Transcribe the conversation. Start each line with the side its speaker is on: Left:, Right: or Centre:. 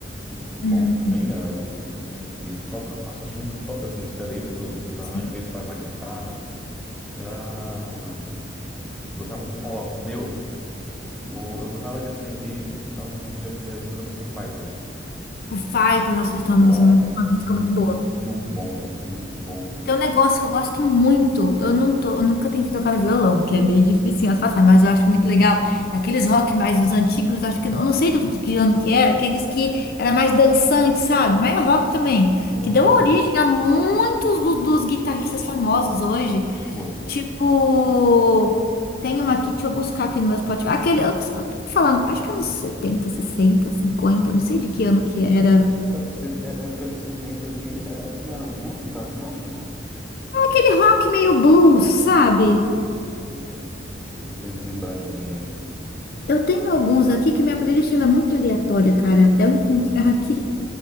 Centre: Muito bom
Left: Hum,
Centre: também. é, o- tipo, eles tocam. Nossa, eu acho muito top as músicas deles, os, os arranjos
Left: sim.
Centre: que eles fazem na guitarra. Ah, gostava. Ó, meu. O- Eu gostava de aprender, gostava muito de aprender as músicas do Foo Fighters.
Left: Foo Fighters, nossa, eles têm uma
Centre: Nossa,
Left: música muito, uma música
Centre: muito
Left: muito boa.
Centre: bom, velho, muito bom.
Left: Tem um negócio que eu gosto muito. Eu não tô, eu nunca tentei tocar violão, que é meio difícil de passar, mas eu acho muito legal. Aqueles rock mais dos antigos, acho que eu não sei do, de que ano que era, aqueles que era mais dançante, sabe? Mas é rock também,
Centre: Então,
Left: que deu origem a muitos do- dos guitarristas famosos hoje.
Centre: foi.
Left: Tipo, tem uma aqui, deixa eu buscar aqui no meu Spotify. Aquele, eu não sei, eu tô falando, acho que anos 70, 60, 50. não sei de que ano que era.
Centre: Sabe que se- é- época de setenta 80 era, não era o blues que estava em alta, não?
Left: É Aquele rock meio blues, sabe?
Centre: Hum, deixa eu tô tentando lembrar de alguém aqui.
Left: Eu tenho alguns aqui que minha playlist ela é muito aleatória, cara, até eu encontrar aqui.